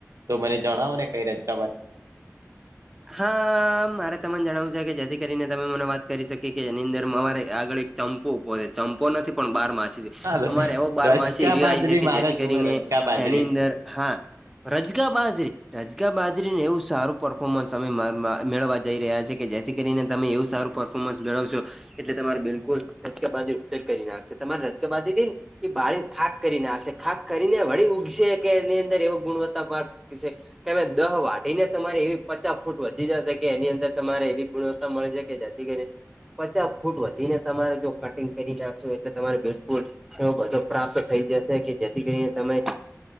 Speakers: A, on the right; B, in the centre.
A: તો મને જણાવો ને કઈ રજ- -
B: હા મારે તમને જણાવવું છે કે જેથી કરીને તમે મને વાત કરી શકી કે જેની અંદર અરે આગળ- - ચંપો છે ચંપો નથી પણ બાર માસી-
A: હા,
B: - અમારે એવો બાર
A: રજકા
B: માસી એવી
A: બાજરી
B: આવી છે કે
A: મારે
B: જેથી કરીને
A: જોવે રજકા બાજરી
B: એની અંદર હા- - રજગા બાજરી રજગા બાજ- - આને એવું સારું પરર્ફોર્મન્સ અમે મેળવવા જઈ રહ્યા છીએ કે જેથી કરીને તમે એવું સારું પરર્ફોર્મન્સ મેળવશો- - એટલે તમારે બિલકુલ રબા ઉત્તર કરી નાખશે તમારે રજબંધ રઇને- - એ બારીને ખાક કરી નાખશે ખાક કરીને વળી ઉઊગશે કે એની અંદર એવ ગુણવત્તા છે કેમે દહ વાઢી ને તમારે એવી પચાસ ફૂટ વધી જશે કે એની અંદર તમારે એવી ગુણવત્તા મળી છે કે જેથી કરીને પચાસ ફૂટ વધીને તમારે જો કટિંગ કરી નાખશો એટલે તમારે બિલકુલ- - શ બધો પ્રાપ્ત થઈ જશે કે જેથી કરીને તમે- -